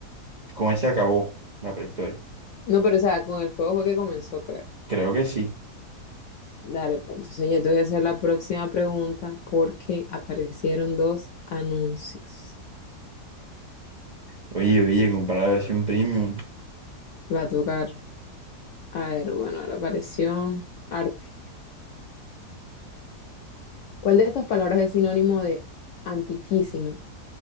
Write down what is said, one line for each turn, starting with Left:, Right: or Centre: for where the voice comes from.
Right: Con ese acabó la prehistoria.
Left: No, pero o sea, con el fuego fue que comenzó, creo.
Right: Creo que sí.
Left: Dale, pues entonces ya te voy a hacer la próxima pregunta porque aparecieron dos anuncios.
Right: Oye, oye, comprar la versión premium.
Left: Va a tocar A ver, bueno, ahora apareció arte. ¿Cuál de estas palabras es sinónimo de antiquísimo?